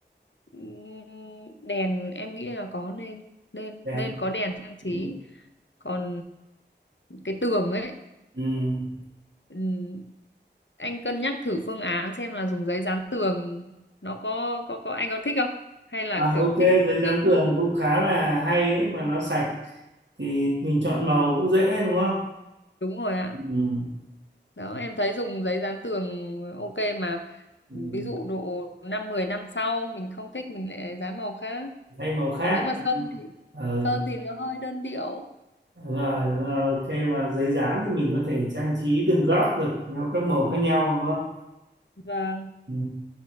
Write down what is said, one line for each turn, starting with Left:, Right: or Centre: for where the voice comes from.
Left: ừm, đèn em nghĩ là có nên nên
Right: Đèn.
Left: nên có đèn trang trí
Right: Ừm,
Left: còn ờ, cái tường ấy
Right: ừm.
Left: Ừm, anh cân nhắc thử phương án xem là dùng giấy dán tường nó có có có anh có thích không hay là
Right: À,
Left: kiểu
Right: ok,
Left: thích
Right: giấy
Left: sơn
Right: dán tường
Left: thôi
Right: cũng khá là hay ấy, mà nó sạch thì mình chọn màu cũng dễ đúng không?
Left: đúng rồi ạ
Right: Ừm,
Left: đó em thấy dùng giấy dán tường ok mà
Right: ừm,
Left: ừ, ví dụ độ năm 10 năm sau mình không thích mình lại dán màu khác
Right: Thay màu khác.
Left: còn nếu mà sơn thì
Right: Ờ
Left: sơn thì nó hơi đơn điệu
Right: rồi, rồi ok mà giấy dán thì mình có thể trang trí từng góc được theo các màu khác nhau đúng không
Left: và
Right: ừ.